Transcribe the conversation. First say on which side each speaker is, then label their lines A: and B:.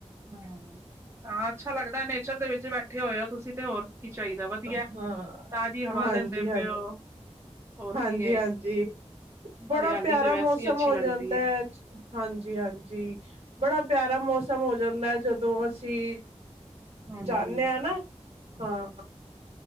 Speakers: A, on the right; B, on the right.
A: ਹਾਂ, ਅੱਛਾ ਲੱਗਦਾ ਨੇਚਰ ਦੇ ਵਿੱਚ ਬੈਠੇ ਹੋਏ ਹੋ ਤੁਸੀਂ ਤੇ ਹੋਰ। ਕੀ ਚਾਹੀਦਾ ਵਧੀਆ
B: ਅਹ ਹਾਂ,
A: ਤਾਜ਼ੀ ਹਵਾ
B: ਹਾਂਜੀ-ਹਾਂਜੀ।
A: ਲੈਂਦੇ ਪਏ ਹੋ ਹੋਰ
B: ਹਾਂਜੀ-ਹਾਂਜੀ,
A: ਕੀ ਹੈ
B: ਬੜਾ
A: ਹਰਿਆਲੀ
B: ਪਿਆਰਾ
A: ਤੇ ਵੈਸੇ
B: ਮੌਸਮ
A: ਹੀ ਅੱਛੀ
B: ਹੋ
A: ਲੱਗਦੀ
B: ਜਾਂਦਾ
A: ਹੈ
B: ਐ 'ਚ ਹਾਂਜੀ-ਹਾਂਜੀ ਬੜਾ ਪਿਆਰਾ ਮੌਸਮ ਹੋ ਜਾਂਦਾ, ਜਦੋਂ ਅਸੀਂ,
A: ਹਾਂਜੀ
B: ਜਾਂਦੇ ਆ ਨਾ, ਹਾਂ।